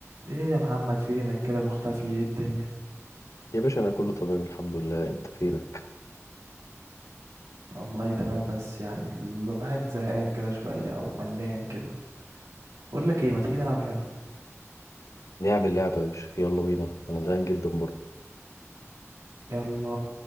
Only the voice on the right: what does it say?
ايه يا محمد فينك كده مختفي ايه الدنيا
والله تمام بس يعني الواحد زهقان كده شوية او ملان كده بقول لك ايه ما تيجي نلعب لعبة
يلا